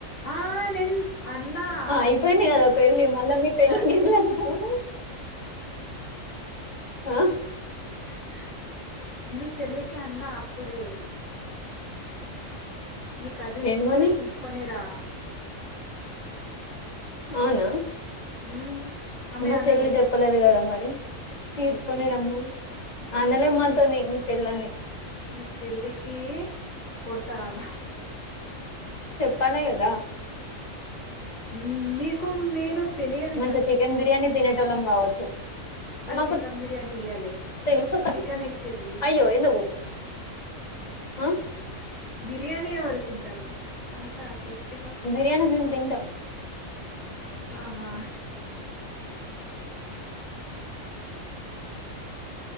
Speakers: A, on the left; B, on the left.
A: ఆ నిన్ అన్నా
B: ఆ అయిపోయింది
A: అన్నీ
B: కదా పెళ్ళి మళ్ళా మీ పెళ్ళికి
A: కల్
B: ఎట్లా వెళ్తాము ఆ
A: ఆ మీ చెల్లికి అన్నా అప్పుడే, మీ కజిన్స్
B: ఏమని
A: కి కూడా తీసుకొనిరా
B: అవునా
A: ఉమ్ ఆమె
B: మా
A: అనలే
B: చెల్లి చెప్పలేదు కదా మరి తీసుకొని
A: అరే
B: రమ్మని అనలే మాతోని నీ పెళ్ళని
A: మీ చెల్లికి కొడత ఆగు.
B: తనే కదా
A: ఉమ్ మీకు నేను తెలియదు
B: మంచి చికెన్ బిర్యాని తినే టోలం కావచ్చు.
A: అ
B: మాకు
A: చికెన్ బిర్యానీ ఇయ్యలే,
B: తెలుసు కదా.
A: చికెన్ ఇచ్చింది.
B: అయ్యో ఎందుకు ఆ
A: బిర్యానీ ఎవరు తింటరు, అంతా టేస్ట్
B: బిర్యానీ మేము తింటం
A: ఆహా